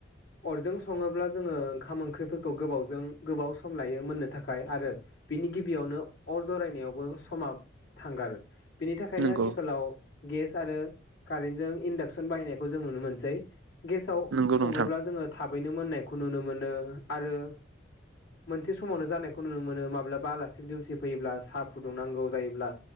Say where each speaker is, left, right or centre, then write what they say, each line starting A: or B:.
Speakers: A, on the left; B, on the right.
A: अरजों सङोब्ला जोङो ओंखाम ओंख्रि फोरखौ गोबावजों गोबाव सम लायो मोननो थाखाय आरो बिनि गिबियावनो अर जरायनायावबो समा थांगारो बिनि थाखायनो
B: नंगौ
A: आथिखालाव गेस आरो कारेन्टजों इन्डाक्सन बाहायनायखौ जों नुनो मोनसै गेसाव
B: नंगौ
A: सङोब्ला
B: नोंथां
A: जोङो थाबैनो मोननाय खौ नुनो मोनो आरो मोनसे समावनो जानायखौ नुनो मोनो माब्लाबा आलासि दुमसि फैयोब्ला साहा फुदुंनांगौ जायोब्ला